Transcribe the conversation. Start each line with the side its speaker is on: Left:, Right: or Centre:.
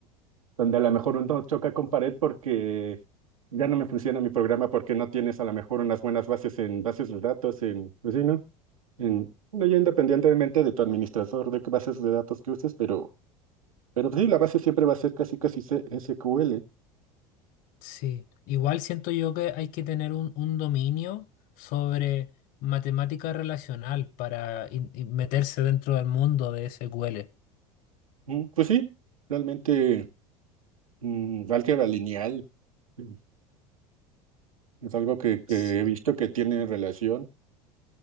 Right: donde a lo mejor uno choca con pared porque ya no me funciona mi programa porque no tienes a lo mejor unas buenas bases en bases de datos, en, pues sí, ¿no? En, bueno, ya independientemente de tu administrador, de qué bases de datos que uses, pero, pero pues sí, la base siempre va a ser casi casi C- SQL.
Left: Sí, igual siento yo que hay que tener un, un dominio sobre matemática relacional para in- in- meterse dentro del mundo de SQL.
Right: Mm, Pues sí, realmente mm, álgebra lineal mm, es algo que, que
Left: Sí.
Right: he visto que tiene relación,